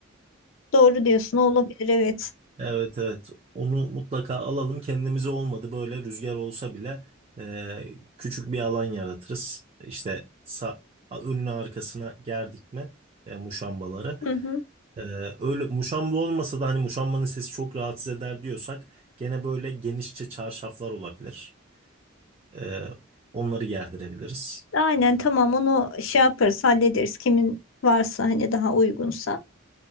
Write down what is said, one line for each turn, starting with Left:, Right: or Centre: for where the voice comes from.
Left: Doğru diyorsun, olabilir. Evet.
Right: Evet evet onu mutlaka alalım kendimize olmadı böyle rüzgar olsa bile e, küçük bir alan yaratırız işte sa önüne arkasına gerdik mi e, muşambaları
Left: Hı hı.
Right: E, öyle muşamba olmasa da hani muşambanın sesi çok rahatsız eder diyorsak gene böyle genişçe çarşaflar olabilir E, onları gerdirebiliriz.
Left: Aynen tamam onu şey yaparız, hallederiz. Kimin varsa hani daha uygunsa